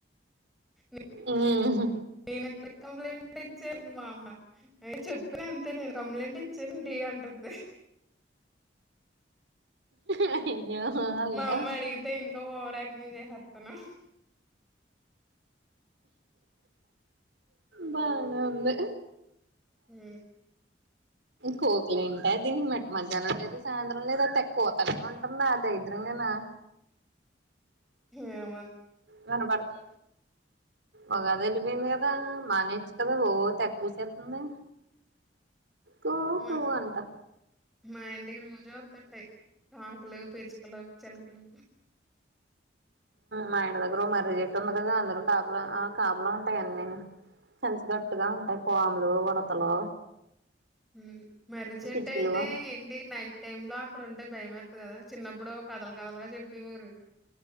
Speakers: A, in the centre; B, on the right.
A: స
B: ఆ హ్
A: నేనేక్కడ కంప్లైంట్ ఇచ్చాను మా అమ్మ చెప్పిన అంతే నేను కంప్లైంట్ ఇచ్చేండి అంటుంది
B: అయ్యో అయ్యో
A: మా అమ్మ అడిగితే ఇంకా ఓవర్ యాక్టింగ్ చేసేస్తాను
B: బానే ఉంది
A: మ్
B: కోకలుంట దీనికి మెట్టటి మధ్యాహ్నం లేదు సాయంత్రం లేదు, కోతనే ఉంటుందా అ దరిద్రం గాని
A: ఎం
B: కనపడుతు ఒకగా వెలిపోయింది కదా మానే కదా ఓ తెగ కూసేస్తుంది కూ
A: మా
B: కూ అంట
A: మా ఇంటికి రోజా వస్తూ ఉంటాయి కాకలు పిచ్చుకలు చిలకలు
B: మా ఇంటి దగ్గర ను ఒక మర్రి చెట్ ంది కదా అందరుూ కాపుల ఆ కాపులా ఉంటాయి అన్నీను, కలిసి గట్టుగా ఉంటాయి పాములు ఉడతలు
A: మ్ మర్రి చెట్టు
B: పిచ్చుకలు
A: అయితే ఏంటి నైట్ టైమ్ లో అక్కడ ఉంటే భయమ కదా చిన్నప్పుడు కథలు కథలుగా చెప్పేవరు